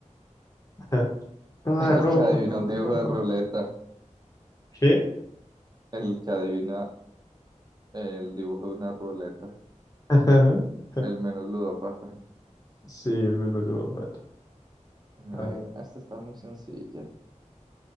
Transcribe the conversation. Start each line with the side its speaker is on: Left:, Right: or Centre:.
Left: <laughs> Todo rojo,
Right: el que adivina
Left: todo
Right: un dibujo
Left: rojo.
Right: de ruleta,
Left: ¿Qué?
Right: el que adivina el dibujo de una ruleta,
Left: <laughs>
Right: el menos ludópata.
Left: Sí, el mismo ludópata.
Right: A ver,
Left: A
Right: esta está muy sencilla.